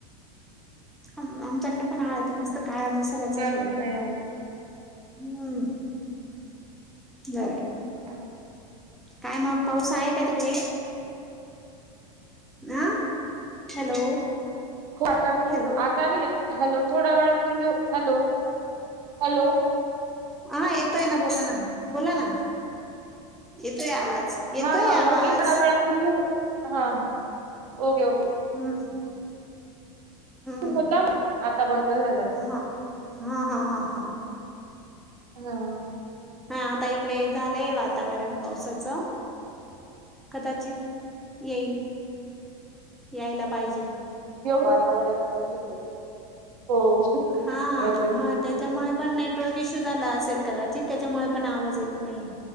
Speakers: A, in the centre; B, on the right (about 80°).
A: आमच्याकडे पण <unintelligible> मस्त काळ्या मसाल्याचा
B: मुलांना
A: शेवगा.
B: नाही आवडत
A: हम्म, बरं.
B: <unintelligible>
A: काय मग पाऊस आहे का तिकडे? आ, हॅलो.
B: हो आता नाही
A: हॅलो
B: आता नाही हॅलो, थोड्या वेळात पूर्वी हॅलो, हॅलो.
A: हा येतोय ना बोला ना बोला ना येतोय आवाज. येतोय
B: हा हा
A: आवाज
B: म्हटले थोड्या वेळापूर्वी हा ह ओके ओके.
A: हम्म. हम्म
B: तू होता आता बंद झालय.
A: हा हा हा हा हा
B: हा.
A: हा आता इकडे झालंय वातावरण पावसाचं. कदाचित येईल यायला पाहिजे.
B: वातावरण तसच आहे. हो
A: हा
B: गरज आहे खूप.
A: मग त्याच्यामुळे पण नेटवर्क इश्यू झाला. असल कदाचित त्याच्यामुळे पण आवाज येत नाही.